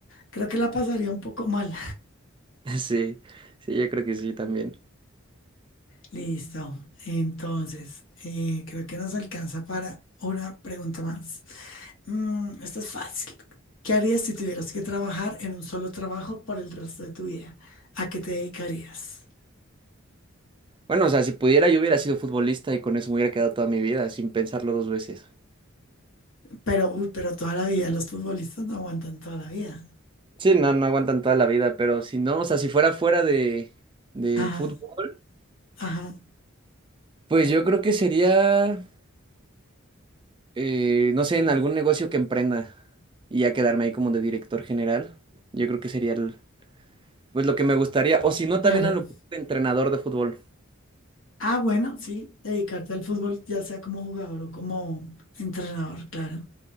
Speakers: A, on the left; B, on the right.
A: creo que la pasaría un poco mal.
B: Sí, sí, yo creo que sí también.
A: Listo. Entonces, eh, creo que nos alcanza para una pregunta más. Mm, esta es fácil. ¿Qué harías si tuvieras que trabajar en un solo trabajo por el resto de tu vida? ¿A qué te dedicarías?
B: Bueno, o sea, si pudiera, yo hubiera sido futbolista y con eso me hubiera quedado toda mi vida, sin pensarlo dos veces.
A: Pero, uy, pero toda la vida, los futbolistas no aguantan toda la vida.
B: Sí, no, no aguantan toda la vida, pero si no, o sea, si fuera fuera de, del
A: Ajá,
B: fútbol,
A: ajá,
B: pues yo creo que sería. eh, no sé, en algún negocio que emprenda y ya quedarme ahí como de director general. Yo creo que sería el- pues lo que me gustaría. O si no,
A: claro.
B: también a lo mejor de entrenador de fútbol.
A: Ah, bueno, sí, dedicarte al fútbol, ya sea como jugador o como entrenador, claro.